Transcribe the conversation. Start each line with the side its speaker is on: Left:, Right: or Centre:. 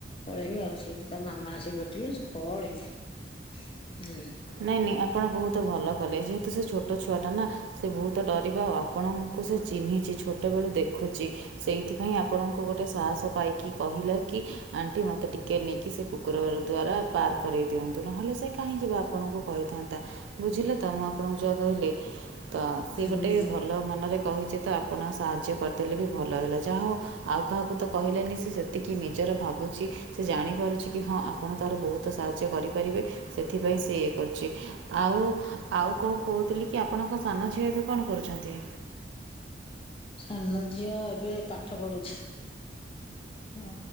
Left: ପଳେଇବି ଆଉ ସେଇଥୁ ତା ମାମା ଆସିକି ଭେଟିଲେ ସେ ପଳେଇଲେ ହୁଁ।
Right: ନାଇଁ ନାଇଁ ଆପଣ ବହୁତ ଭଲ କଲେ ଯେହେତୁ ସେ ଛୋଟ ଛୁଆଟା ନା। ସେ ବହୁତ ଡରିବା ଆଉ ଆପଣଙ୍କୁ ସେ ଚିହ୍ନିଛି ଛୋଟବେଳୁ ଦେଖୁଛି। ସେଇଥିପାଇଁ ଆପଣଙ୍କୁ ଗୋଟେ ସାହସ ପାଇକି କହିଲା କି ଆଣ୍ଟି ମ ଟିକେ ନେଇକି ସେ କୁକୁର ଦ୍ଵାରା ପାର କରେଇ ଦିଅନ୍ତୁ ନହଲେ ସେ କହିଁକି ଆପଣଙ୍କୁ କହିଥାନ୍ତା ବୁଝିଲେ ତ ମୁଁ ଆପଣଙ୍କୁ ଯାହା କହିଲି? ତ ସିଏ
Left: ହୁଁ।
Right: ଗୋଟେ ଭଲ ମନରେ କହିଚି ତ ଆପଣ ସାହାଯ୍ୟ କରିଦେଲେ ବି ଭଲ ହେଲା ଯାହା ହଉ। ଆଉ କାହାକୁ ତ କହିଲାନି ସେ ସେତିକି ନିଜର ଭାବୁଛି ସେ ଜାଣିପାରୁଛି କି ହଁ ଆପଣ ତାର ବହୁତ ସାହାଯ୍ୟ କରିପାରିବେ ସେଥିପାଇଁସେ ସେ ଇଏ କରୁଛି ଆଉ ଆଉ କୁ କହୁଥିଲି କି ଆପଣଙ୍କ ସାନ ଝିଅ ଏବେ କଣ କରୁଛନ୍ତି।
Left: ସାନ ଝିଅ ଏବେ ପାଠ ପଢୁଛି। ହ